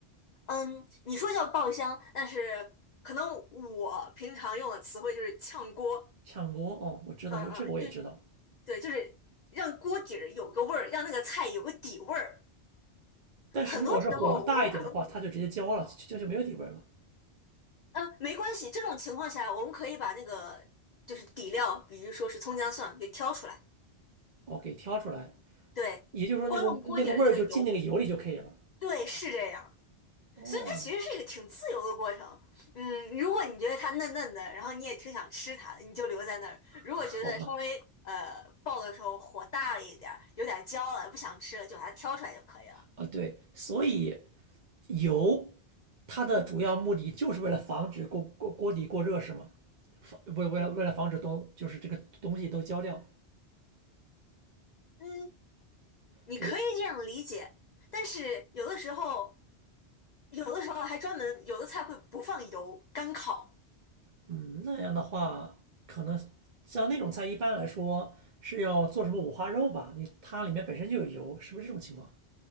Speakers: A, on the left (about 50°); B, on the right (about 45°).
A: 嗯，你说叫爆香，但是可能我平常用的词汇就是炝锅。
B: 炝锅哦，我知道这个这个我也知道。
A: 嗯嗯，对对，就是让锅底儿有个味儿，让那个菜有个底味儿。很多时候我们可能。
B: 但是如果是火大一点的话，它就直接焦了，就就就没有底味了。
A: 嗯，没关系，这种情况下我们可以把那个就是底料，比如说是葱姜蒜给挑出来，
B: 哦，给挑出来，
A: 对，
B: 也就是说那个那个味儿就进那个油里就可以了。
A: 光用锅底儿的那个油，对，是这样。
B: 哦，
A: 所以它其实是一个挺自由的过程。嗯，如果你觉得它嫩嫩的，然后你也挺想吃它的，你就留在那儿；如果觉得稍微呃爆的时候火大了一点儿，
B: 好吧，
A: 有点焦了，不想吃了，就把它挑出来就可以了。
B: 啊对，所以油它的主要目的就是为了防止锅锅锅底过热是吗？防为为了为了防止东就是这个东西都焦掉。
A: 嗯，你可以这样理解，
B: 对，
A: 但是有的时候，有的时候还专门有的菜会不放油，干烤。
B: 嗯，那样的话，可能像那种菜一般来说是要做什么五花肉吧？你它里面本身就有油，是不是这种情况？